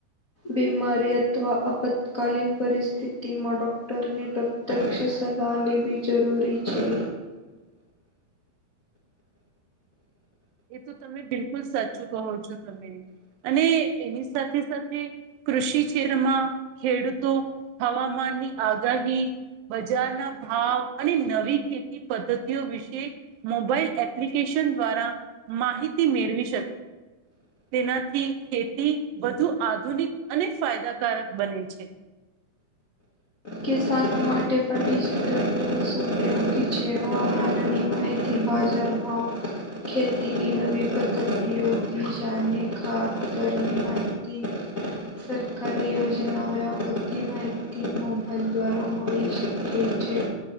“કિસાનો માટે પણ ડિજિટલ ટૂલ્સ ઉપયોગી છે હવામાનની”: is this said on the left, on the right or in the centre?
Left